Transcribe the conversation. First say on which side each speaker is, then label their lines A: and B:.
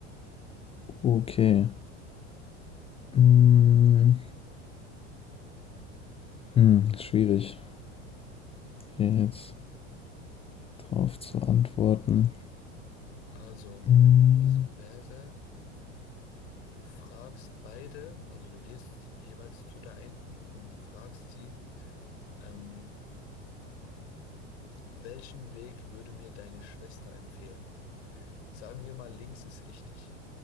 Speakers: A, on the left (about 20°); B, on the left (about 65°).
A: okay. Mm, Hm, ist schwierig, hier jetzt drauf zu antworten.
B: Also,
A: Mm,
B: die Lösung wäre, du fragst beide, also du gehst jeweils zu der einen und fragst sie, ähm, welchen Weg würde mir deine Schwester empfehlen? Sagen wir mal, links ist richtig.